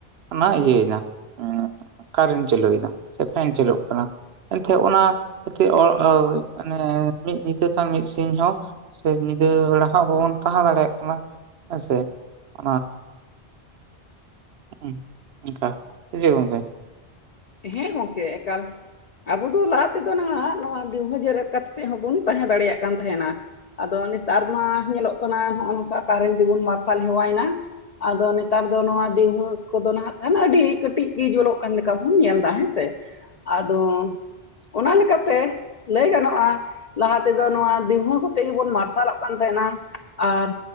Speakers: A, on the right; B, on the left.
A: ᱚᱱᱟ ᱤᱭᱟᱹᱭ ᱱᱟ ᱩᱸ᱾ ᱠᱟᱨᱮᱱᱴ ᱪᱟᱹᱞᱩᱭᱮᱱᱟ ᱥᱮ ᱯᱷᱮᱱ ᱪᱟᱹᱞᱩᱜ ᱠᱟᱱᱟ, ᱮᱱᱛᱮ ᱚᱱᱟ ᱠᱷᱟᱹᱛᱤᱨ ᱚ ᱳ ᱚᱱᱮ ᱢᱤᱫ ᱧᱤᱫᱟᱹ ᱠᱷᱟᱱ ᱢᱤᱫ ᱥᱤᱧ ᱦᱚᱸ ᱥᱮ ᱧᱤᱫᱟᱹ ᱵᱮᱲᱟ ᱦᱚᱸ ᱟᱵᱚᱵᱚᱱ ᱛᱟᱦᱮᱸ ᱫᱟᱲᱮᱭᱟᱜ ᱠᱟᱱᱟ ᱦᱮᱸᱥᱮ, ᱚᱱᱟ ᱩᱸᱜᱩ ᱚᱝᱠᱟ ᱥᱮᱪᱮᱫ ᱜᱚᱝᱠᱮ?
B: ᱦᱮᱸ ᱜᱚᱝᱠᱮ ᱮᱠᱟᱞ ᱟᱵᱩ ᱫᱩ ᱞᱟᱦᱟ ᱛᱮᱫᱚ ᱱᱟᱦᱟᱸᱜ ᱱᱚᱣᱟ ᱫᱤᱣᱦᱟᱹ ᱡᱮᱨᱮᱫ ᱠᱟᱛᱮᱫ ᱦᱚᱸᱵᱚᱱ ᱛᱟᱦᱮᱸ ᱫᱟᱲᱮᱭᱟᱜ ᱠᱟᱱ ᱛᱟᱸᱦᱮᱱᱟ, ᱟᱫᱚ ᱱᱮᱛᱟᱨ ᱢᱟ ᱧᱮᱞᱚᱜ ᱠᱟᱱᱟ ᱦᱚᱸᱜᱼᱚ ᱱᱚᱝᱠᱟ ᱠᱟᱨᱮᱱ ᱛᱮᱵᱚᱱ ᱢᱟᱨᱥᱟᱞ ᱦᱮᱣᱟᱹᱭ ᱱᱟ, ᱟᱫᱚ ᱱᱮᱛᱟᱨ ᱫᱚ ᱱᱚᱣᱟ ᱫᱤᱣᱦᱟᱹ ᱠᱚᱫᱚ ᱱᱟᱦᱟᱸᱜ ᱠᱷᱟᱱ ᱟᱹᱰᱤ ᱠᱟᱹᱴᱤᱡ ᱜᱮ ᱡᱩᱞᱚᱜ ᱠᱟᱱ ᱞᱮᱠᱟ ᱧᱮᱞᱫᱟ ᱦᱮᱸᱥᱮ ᱟᱫᱚ ᱚᱱᱟ ᱞᱮᱠᱟᱛᱮ ᱞᱟᱹᱭ ᱜᱟᱱᱚᱜᱼᱟ ᱞᱟᱦᱟ ᱛᱮᱫᱚ ᱱᱚᱣᱟ ᱫᱤᱣᱦᱟᱹ ᱠᱚᱛᱮ ᱜᱮᱵᱚᱱ ᱢᱟᱨᱥᱟᱞᱚᱜ ᱠᱟᱱ ᱛᱟᱸᱦᱮᱱᱟ, ᱟᱨ